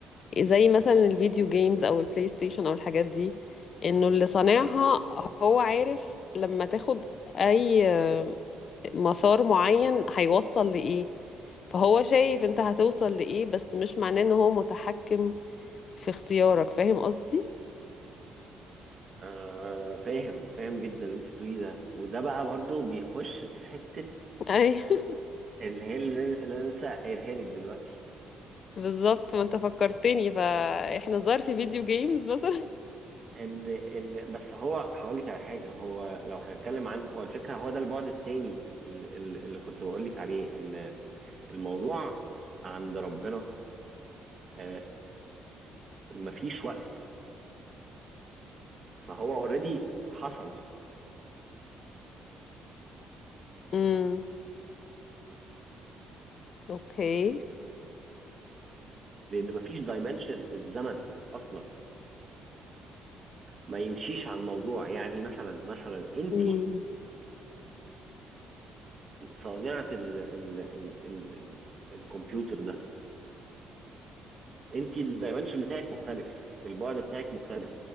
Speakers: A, on the left (about 55°); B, on the right (about 45°).
A: زي مثلا الفيديو جيمز او البلاي ستيشن او الحاجات دي انه اللي صانعها هو عارف لما تاخد اي آه، مسار معين هيوصل لايه فهو شايف انت هتوصل لايه بس مش معناه ان هو متحكم في اختيارك فاهم قصدي
B: آه فاهم فاهم جدا اللي أنت بتقوليه ده وده بقى برضو بيخش في حتة
A: <laughs>
B: اللي هي اللي أنا اللي أنا لسه قايلها لك دلوقتي
A: بالظبط ما انت فكرتني فاحنا الظاهر في فيديو جيمز مثلا
B: ان ان بس هو هقول لك على حاجه هو لو هنتكلم عن هو الفكره هو ده البعد التاني ال- ال- اللي كنت بقول لك عليه ان الموضوع عند ربنا آه، مفيش وقت فهو اوريدي حصل
A: امم اوكي
B: لان مفيش دايمنشن الزمن اصلا ما يمشيش على الموضوع يعني مثلا مثلا انت
A: امم
B: صانعه ال ال ال ال ال الكمبيوتر ده انت الدايمنشن بتاعك مختلف البعد بتاعك مختلف